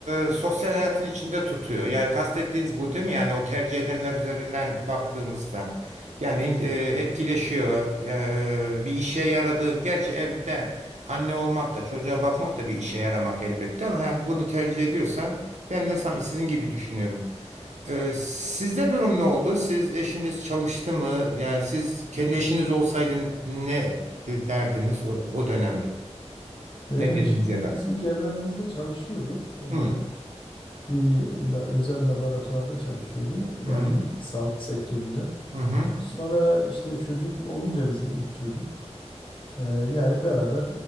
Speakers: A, on the right; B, on the left.
A: e, sosyal hayatın içinde tutuyor. Yani kastettiğiniz bu değil mi? Yani o tercih edenler üzerinden baktığımızda. Yani e, etkileşiyor. E, bir işe yaradığın, gerçi evde anne olmak da çocuğa bakmak da bir işe yaramak elbette ama yani bunu tercih ediyorsa ben de sanki sizin gibi düşünüyorum. E, sizde durum ne oldu? Siz eşiniz çalıştı mı? Yani siz kendi eşiniz olsaydın ne derdiniz o, o dönemde?
B: Benim
A: Ne
B: eşim
A: dediniz ya da?
B: biz ilk evlendiğimizde çalışıyordu. Eee,
A: Hı.
B: bir la- özel laboratuvarda çalışıyordu. Yani
A: Hı hı
B: sağlık sektöründe.
A: hı hı.
B: Sonra işte çocuk olunca bizim ilk çocuk. Ee, yani beraber